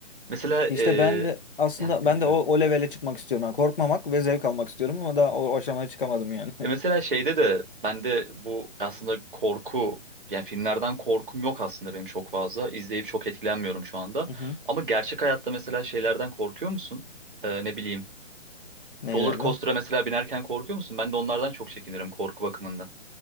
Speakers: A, on the right; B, on the left.
A: Mesela
B: İşte
A: e,
B: ben de aslında
A: ya, dinliyorum.
B: ben de o, o levele çıkmak istiyorum. Yani korkmamak ve zevk almak istiyorum ama daha o aşamaya çıkamadım yani. <laughs>
A: E mesela şeyde de bende bu aslında korku yani filmlerden korkum yok aslında benim çok fazla. İzleyip çok etkilenmiyorum şu anda.
B: Hı hı.
A: Ama gerçek hayatta mesela şeylerden korkuyor musun? Ee, ne bileyim.
B: Neylerden?
A: Roller coaster'a mesela binerken korkuyor musun? Ben de onlardan çok çekinirim korku bakımından.